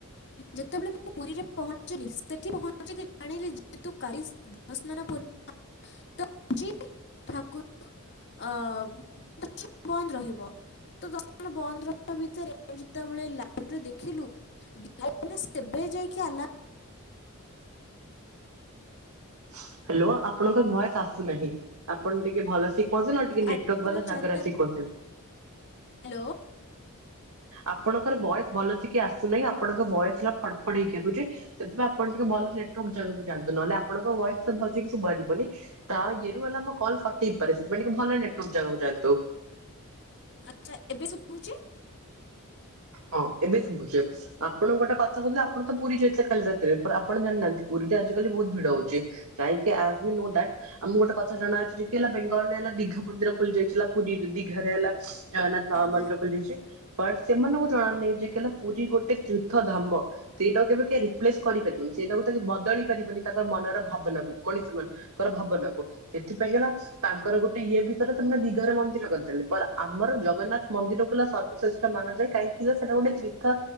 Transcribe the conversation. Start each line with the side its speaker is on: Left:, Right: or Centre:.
Left: ଯେତେବେଳେ ମୁଁ ପୁରୀରେ ପହଞ୍ଚିଲି ସେଠି ପହଞ୍ଚିକି ଜାଣିଲି ଯେହେତୁ କାଲି ଦେବସ୍ନାନ ପୁର୍ଣିମା ତ ଯେ ଠାକୁର ଅ ବନ୍ଦ ରହିବ ତ ଦର୍ଶନ ବନ୍ଦ ରହିବା ଭିତରେ ଯେତେବେଳେ ଲାଇଭ୍ ରେ ଦେଖିଲୁ <unintelligible> ଯାଇକି ଆଲା
Right: ହ୍ୟାଲୋ ଆପଣଙ୍କ ଭଏସ ଆସୁନାହିଁ ଆପଣ ଟିକେ ଭଲ ସେ କ ନହଲେ ଟିକେ ନେଟୱାର୍
Left: ଆଜି
Right: ବାଲା
Left: ଦିନ
Right: ଜାଗାରେ
Left: ଚାରିଟାରେ
Right: ଆସିିକ କରଦିଅନ୍ତୁ।
Left: ହ୍ୟାଲୋ
Right: ଆପଣଙ୍କର ଭଏସ୍ ଭଲସିକି ଆସୁନାହିଁ ଆପଣଙ୍କ ଭଏସ୍ ହେଲା ଫଡ ଫଡ ହେଇକି ଆସୁଛି ସେଥିପାଇଁ ଆପଣ ଟିକେ ଭଲ ନେଟୱାର୍କ ଜାଗା କୁ ଯାଆନ୍ତୁ ନହଲେ ଆପଣଙ୍କ ଭଏସ୍ ସେ ଭଲସେ କି ଶୁବା ଯିବନି ତା ଇଏରୁ ହେଲା ଆମ କଲ କଟି ପାରେ ସେଥିପାଇଁ ଟିକେ ଭଲ ନେଟୱର୍କ ଜାଗାକୁ ଯାଆନ୍ତୁ। ହ
Left: ଆଚ୍ଛା ଏବେ ସୁୁଭୁଚି?
Right: ହଁ ଏବେ ଶୁଭୁଛି ଆପଣ କୁ ଗୋଟେ କଥା କହୁଥିଲେ ଆପଣ ତ ପୁରୀ ଯାଇଥିଲେ କାଲି ରାତିରେ ପର ଆପଣ ଜାଣିନାହାନ୍ତି ପୁରୀ ଆଜିିକାଲି ବହୁତ ଭିଡ଼ହଉଛି କାହିଁକି ଆ ବି ନୋ ଦାଟ୍ ଆମକୁ ଗୋଟେ କଥା ଜଣାଅଛି କି ହେଲା ବେଙ୍ଗାଲୁରେ ହେଲା ଦୀଘା ମନ୍ଦିର ଖୋଲି ଯାଇଥିଲା ପୁରୀ ଦୀଘରେ ହେଲା ଜଗନ୍ନାଥ ମ
Left: ଆଜ୍ଞା।
Right: ମନ୍ଦିର ଖୋଲିଯାଇଚି ବଟ ସେମାନଙ୍କୁ ଜଣା ନାହିଁ ଯେ କି ହେଲା ପୁରୀ ଗୋଟେ ତୀର୍ଥ ଧାମ ସେଇଟାକୁ କେବେ କିଏ ରିପ୍ଲେସ କରିପାରିବେନି ସେଇଟାକୁ ଟାକି ବଦଳି ପାରିବନି ତାଙ୍କର ମନର ଭାବନା କୁ ମଣିଷ ମାନଙ୍କର ଭାବନାକୁ ସେଥିପାଇଁ ହେଲା ତାଙ୍କ ଗୋଟେ ଇଏ ଭିତରେ ସେମାନେ ଦିଘା ରେ ମନ୍ଦିର କରିଦେଲେ ପର ଆମର ଜଗନ୍ନାଥ ମନ୍ଦିର କଲା ସର୍ବଶ୍ରେଷ୍ ଟା ମାନ ଯାଏ କାହିଁକି ନା ସେଟା ଗୋଟେ ତୀର୍ଥ